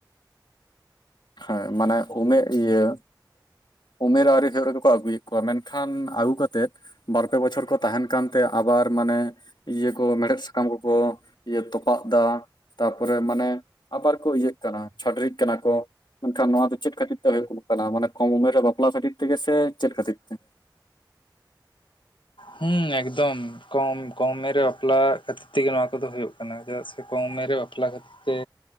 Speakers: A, on the left (about 65°); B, on the left (about 90°).
A: ᱦᱮᱸ ᱢᱟᱱᱮ ᱩᱢᱮᱨ ᱤᱭᱟᱹ ᱩᱢᱮᱨ ᱟᱹᱣᱨᱤ ᱦᱩᱭᱩᱜ ᱨᱮᱜᱮ ᱠᱚ, ᱟᱹᱜᱩᱭᱮᱫ ᱠᱚᱣᱟ ᱢᱮᱱᱠᱷᱟᱱ ᱟᱹᱜᱩ ᱠᱟᱛᱮᱫ ᱵᱟᱨ ᱯᱮ ᱵᱚᱪᱷᱚᱨ ᱠᱚ ᱛᱟᱦᱮᱸᱱ ᱠᱟᱱᱛᱮ ᱟᱵᱟᱨ ᱢᱟᱱᱮ ᱤᱭᱟᱹ ᱠᱚ ᱢᱮᱲᱦᱮᱫ ᱥᱟᱠᱟᱢ ᱠᱚᱠᱚ ᱤᱭᱟᱹ ᱛᱚᱯᱟᱜ ᱫᱟ ᱛᱟᱨᱯᱚᱨᱮ ᱢᱟᱱᱮ ᱟᱵᱟᱨ ᱠᱚ ᱤᱭᱟᱹᱜ ᱠᱟᱱᱟ ᱪᱷᱟᱹᱰᱨᱤᱜ ᱠᱟᱱᱟ ᱠᱚ᱾ ᱢᱮᱱᱠᱷᱟᱱ ᱱᱚᱣᱟ ᱫᱚ ᱪᱮᱫ ᱠᱷᱟᱹᱛᱤᱨ ᱛᱮ ᱦᱩᱭᱩᱜ ᱠᱟᱱᱟ? ᱢᱟᱱᱮ ᱠᱚᱢ ᱩᱢᱮᱨ ᱨᱮ ᱵᱟᱯᱞᱟ ᱠᱷᱟᱹᱛᱤᱨ ᱛᱮᱜᱮ ᱥᱮ ᱪᱮᱫ ᱠᱷᱟᱹᱛᱤᱨ ᱛᱮ?
B: ᱦᱮᱸ ᱮᱠᱫᱚᱢ ᱠᱚᱢ ᱠᱚᱢᱮ ᱨᱮ ᱵᱟᱯᱞᱟ ᱠᱷᱟᱹᱛᱤᱨ ᱛᱮᱜᱮ ᱱᱚᱣᱟ ᱠᱚᱫᱚ ᱦᱩᱭᱩᱜ ᱠᱟᱱᱟ, ᱪᱮᱫᱟᱜ ᱥᱮ ᱥᱮ ᱠᱚᱢ ᱩᱢᱮᱨ ᱨᱮ ᱵᱟᱯᱞᱟ ᱠᱷᱟᱹᱛᱤᱨ ᱛᱮ